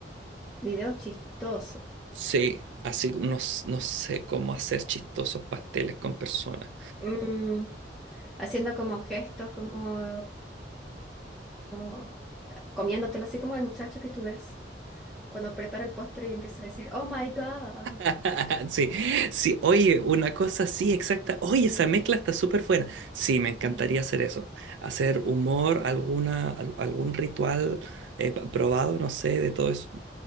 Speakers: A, in the centre; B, on the right.
A: Videos chistosos.
B: Sí, así como no, s- no sé cómo hacer chistosos pasteles con personas.
A: Mm, haciendo como gestos, como o- comiéndotelo, así como el muchacho que tú ves cuando prepara el postre y empieza a decir, Oh my God.
B: <laughs> Sí, sí, oye, una cosa así exacta. Oye, esa mezcla está súper buena. Sí, me encantaría
A: Ujú.
B: hacer eso. Hacer humor, alguna, al- algún ritual eh, pa- probado, no sé, de todo eso.